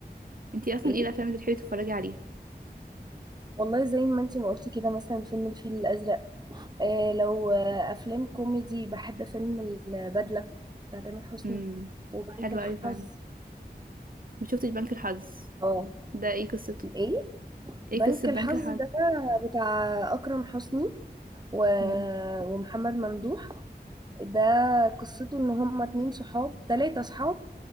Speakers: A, on the right; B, on the right.
A: انتي اصلا
B: ايه
A: ايه الافلام اللي بتحبي تتفرجي عليها
B: والله زي ما انتي ما قلتي كده مثلا فيلم الفيل الأزرق آه لو آه أفلام كوميدي بحب فيلم البدلة بتاع تامر حسني
A: امم
B: وبنك
A: حلوة
B: الحظ
A: قوي فعلا ما شفتش بنك الحظ
B: اه
A: ده ايه قصته
B: ايه
A: ايه
B: بنك
A: قصة بنك
B: الحظ
A: الحظ
B: ده بتاع اكرم حسني و...
A: امم
B: ومحمد ممدوح ده قصته ان هما اتنين صحاب تلاتة صحاب